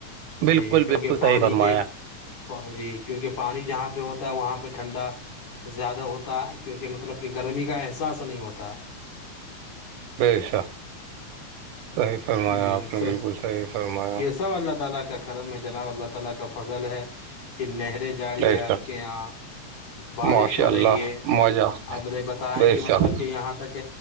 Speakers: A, on the left; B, on the right.
A: ہے
B: بالکل
A: جی کیونکہ
B: بالکل صحیح
A: پانی
B: فرمایا
A: کے جی کیونکہ پانی جہاں پہ ہوتا ہے وہاں پہ ٹھنڈا زیادہ ہوتا ہے کیونکہ مطلب کہ گرمی کا احساس نہیں ہوتا
B: بیسا صحیح فرمایا
A: ہے جی
B: آپ نے
A: سر
B: بالکل صحیح فرمایا
A: یہ سب اللہ تعی کا کرم ہے جناب اللہ تعالی کا فضل ہے کہ نہریں جا رہی
B: بے
A: ہے
B: شک
A: آپ کے یہاں بارش
B: ماشاء
A: ہو
B: اللہ
A: رہی ہے
B: مزہ
A: اپ بتائیں
B: بے
A: کہ مطلب
B: شک
A: کہ یہاں تک